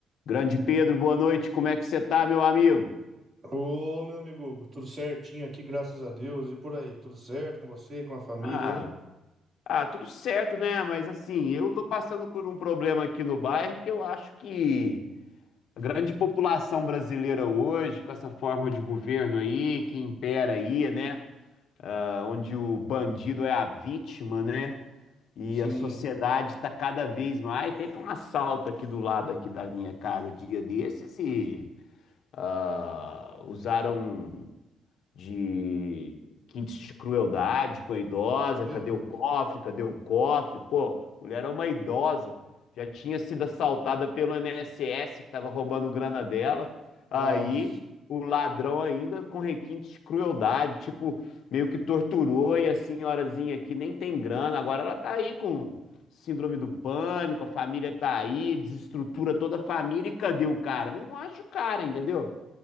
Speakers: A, on the left; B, on the right.
A: Grande Pedro, boa noite. Como é que você tá, meu amigo?
B: Ô, meu amigo, Hugo, tudo certinho aqui, graças a Deus. E por aí, tudo certo com você, com a família
A: Ah,
B: aí?
A: ah, tudo certo, né? Mas assim, eu tô passando por um problema aqui no bairro que eu acho que a grande população brasileira hoje, com essa forma de governo aí que impera aí, né? Ah, onde o bandido é a vítima, né? E
B: Sim.
A: a sociedade tá cada vez mais. Teve um assalto aqui do lado aqui da minha casa dia desses e ah, usaram de quintes de crueldade com a idosa,
B: Meu
A: cadê
B: Deus.
A: o cofre, cadê o cofre? Pô, mulher é uma idosa, já tinha sido assaltada pelo I N S S que estava roubando grana dela. Aí
B: Nossa.
A: o ladrão ainda com requintes de crueldade, tipo, meio que torturou e a senhorazinha aqui nem tem grana, agora ela tá aí com síndrome do pânico, a família tá aí, desestrutura toda a família e cadê o cara? Não acho o cara, entendeu?